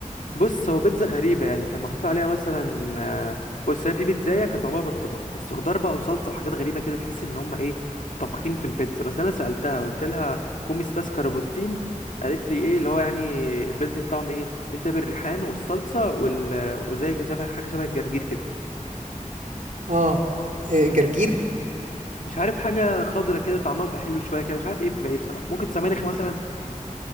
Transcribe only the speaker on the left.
بص هو بيتزا غريبة يعني كان محطوط عليها مثلا آه، بص هي في بيتزاية كانت معمولة بالخضار بس خضار بقى وصلصة وحاجات غريبة كده تحس ان هم ايه طابخين في البيتزا بس انا سألتها قلت لها كوميستاس كاربوتين قالت لي ايه اللي هو يعني البيتزا دي بطعم ايه قلت لها بالريحان والصلصة وال... وزي شبه حاجة شبه الجرجير كده
فاهم
مش عارف حاجة خضرة كده طعمها بيبقى حلو شوية كده مش عارف ايه بتبقى ايه بصراحة ممكن سبانخ مثلا